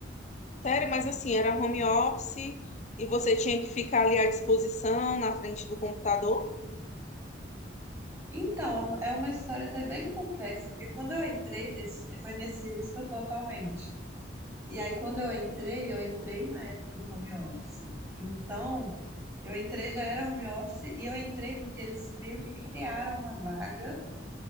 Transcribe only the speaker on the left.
Sério, mas assim, era home office e você tinha que ficar ali à disposição na frente do computador,